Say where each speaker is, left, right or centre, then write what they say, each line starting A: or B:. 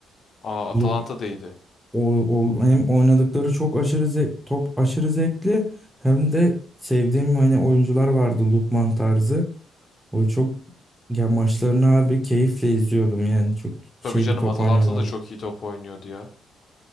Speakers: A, on the left (about 50°); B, in the centre.
A: Aa Atalanta
B: Luk
A: da iyiydi.
B: O, o- hem oynadıkları çok aşırı zevk, top aşırı zevkli hem de sevdiğim hani oyuncular vardı Lukman tarzı. O çok ya maçlarını harbi keyifle izliyordum yani çok şey
A: Tabii canım
B: bir top
A: Atalanta
B: oynuyorlardı.
A: da çok iyi top oynuyordu ya.